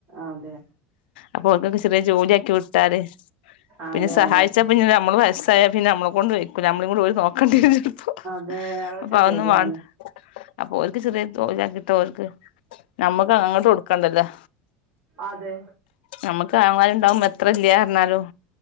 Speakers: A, on the right; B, on the left.
A: അതെ
B: അപ്പൊ ഒൽക്കൊക്കെ ചെറിയ ജോലിയാക്കി വിട്ടാല്
A: അതെ
B: പിന്നെ
A: അതെ
B: സഹായിച്ചാപ്പിന്നെ നമ്മള് വസ്സായ പിന്നെ നമ്മളെ കൊണ്ട് വൈക്കൂല നമ്മളേം കൂടെ ഓല് നോക്കണ്ടിവരുംപ്പൊ
A: <unintelligible>
B: അപ്പ അതൊന്നും
A: ശരിയാണ്
B: വാണ്ട അപ്പൊ ഓൽക്ക്‌ ചെറിയ തൊഴിലാക്കിട്ടാ ഓൽക്ക് ഞമ്മക്ക് അങ്ങട്ട് കൊട്ക്കണ്ടല്ലേ
A: അതെ
B: ഞമ്മക്ക് ആങ്ങലമാര്ണ്ടാവുമ്പ എത്ര ഇല്ല്യ പറഞ്ഞാലും